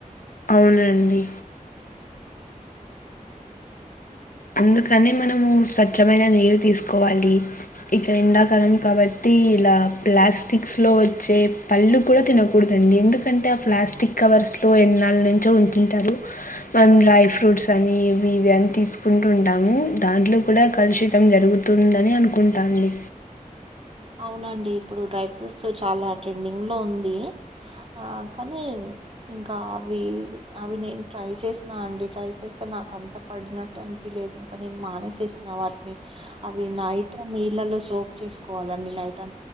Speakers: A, on the left (about 80°); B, on the right (about 45°).
A: అవునండి అందుకనే మనము స్వచ్ఛమైన నీరు తీసుకోవాలి ఇక ఎండాకాలం కాబట్టి ఇలా ప్లాస్టిక్స్ లో వచ్చే పళ్ళు కూడా తినకూడదడి ఎందుకంటే ఆ ప్లాస్టిక్ కవర్లో వాళ్లు ఎన్నాళ్ళను ఉంచుంటారు మనం డ్రై ఫ్రూట్స్ అన్ని అవి ఇవి అన్ని తీస్ కుంటుంటాము దాంట్లో కూడా కలుషితం జరుగుతుందని అనుకుంటాంది
B: అవునండి ఇప్పుడు డ్రై ఫ్రూట్స్ చాలా ట్రెండింగ్ లో ఉంది ఆ కానీ ఇంకా అవి అవి నేను ట్రై చేసిన అండి ట్రై చేస్తా నాకంత పడినట్టు అనిపిలేదు ఇంకా నేను మానేసేసిన వాటిని అవి నై నీళ్ళ సోక్ చేసు కోవాలి అండి నైట్ అ